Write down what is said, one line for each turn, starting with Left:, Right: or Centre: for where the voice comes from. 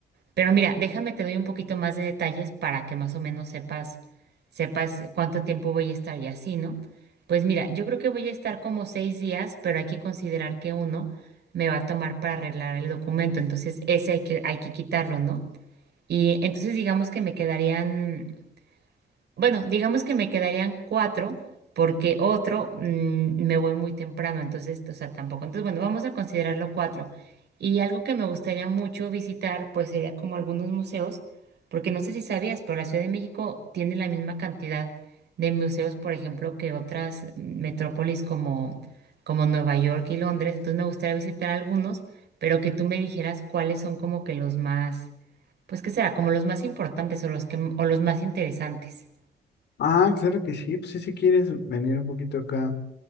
Right: Pero mira, déjame te doy un poquito más de detalles para que más o menos sepas, sepas cuánto tiempo voy a estar y así, ¿no? Pues mira, yo creo que voy a estar como seis días, pero hay que considerar que uno me va a tomar para arreglar el documento, entonces ese hay que, hay que quitarlo, ¿no? Y entonces digamos que me quedarían bueno, digamos que me quedarían cuatro porque otro mm, me voy muy temprano, entonces, o sea, tampoco. Entonces, bueno, vamos a considerarlo cuatro. Y algo que me gustaría mucho visitar, pues sería como algunos museos, porque no sé si sabías, pero la Ciudad de México tiene la misma cantidad de museos, por ejemplo, que otras metrópolis como, como Nueva York y Londres. Entonces, me gustaría visitar algunos, pero que tú me dijeras cuáles son como que los más, pues, ¿qué será? Como los más importantes o los que, o los más interesantes.
Left: Ah, claro que sí. Pues sí, si quieres venir un poquito acá